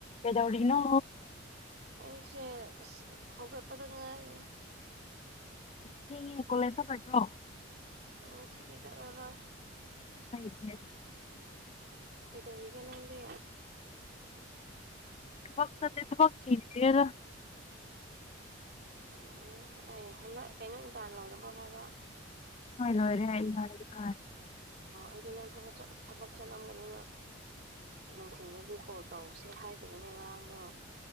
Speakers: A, on the left; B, on the right.
A: ꯑꯦꯗꯣꯅꯣ
B: ꯑꯩꯁꯦ ꯍꯒꯄꯗꯉꯥꯏꯔꯦ
A: ꯀꯤ ꯀꯣꯂꯦꯖ ꯆꯠꯂꯠꯇ꯭ꯔꯣ
B: ꯉꯁꯤꯗꯤ ꯆꯠꯂꯔꯣꯏ
A: <unintelligible>
B: ꯑꯣ ꯀꯩꯗꯧꯔꯤꯒꯦ ꯅꯗꯤ
A: ꯊꯄꯛ ꯆꯗꯦ ꯊꯄꯛꯈꯤ ꯌꯦꯦꯗ
B: ꯎꯝ ꯑꯦ ꯍꯟꯗꯛ ꯀꯩꯅꯣ ꯏꯟ ꯇꯥꯔ ꯂꯣꯏꯔꯝ ꯍꯕ
A: ꯍꯣꯏꯔ ꯑꯣꯏꯔꯦꯗꯤ ꯈꯔ
B: ꯑ ꯕꯤꯅ ꯊꯕ ꯆ ꯊꯕꯛ ꯆꯠꯂꯝꯒꯅꯤꯅ ꯀ ꯁꯤꯡꯗꯗꯤ ꯀꯣꯜ ꯇꯧꯁꯤꯦ ꯍꯥꯏꯗꯕꯅꯤ ꯉꯔꯥꯡ ꯂ